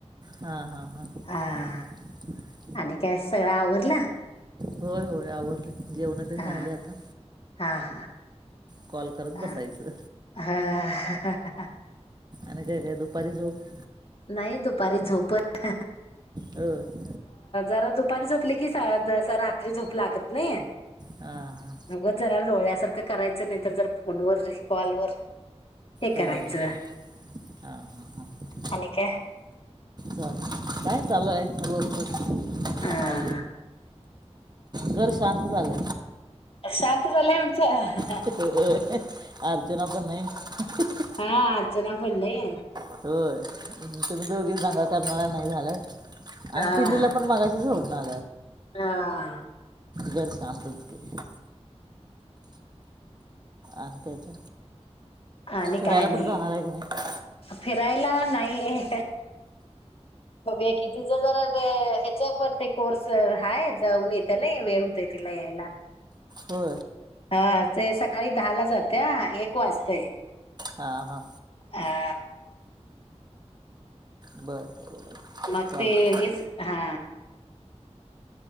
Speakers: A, on the right (about 40°); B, on the left (about 55°).
A: हा हा हां
B: हां
A: <unintelligible>
B: आणि काय सगळं आवरला.
A: होय होय आवरली जेवणात झाले
B: हा
A: आता.
B: हा हा
A: कॉल करत
B: हा
A: बसायचं
B: हां
A: अनेक दुपारी झोप
B: नाही दुपारी झोपत.
A: अ <unintelligible>
B: जरा दुपारी झोपली की ज रात्री झोप लागत नाही.
A: ह हां
B: अगं जरा लोहळ्यासारखं करायचं नाही तर जर फोनवर र कॉलवर हे
A: हो
B: करायचं
A: हो हो हां हां हां.
B: आणि काय?
A: काय चालू आहे रोज
B: अ
A: आ घर शांत झाले.
B: शातवला म्हणचा.
A: अर्चना प नाही
B: हा अर्चना पणय
A: हो तुम्ही दोघीच जांगा करणारा नाही झाल्या
B: हा
A: आणि पिल्लीला पण मागाचीच होो ना
B: हा
A: घर शांत हो चुके आण कायच
B: आणि
A: फिरायला
B: काय नाही
A: पुुठे जाणार आहे की नाही
B: फिरायला नाही बघया की तिचं जरा ते ह्याच पण ते कोर्स हा जाऊन येते नाही वेळ होत तिला यायला
A: हो
B: हा ते सकाळी दहा ला जाते एक वाजताय
A: हा हा
B: ह
A: बरं बरं बरं
B: मग
A: चालतं
B: ते हेच हा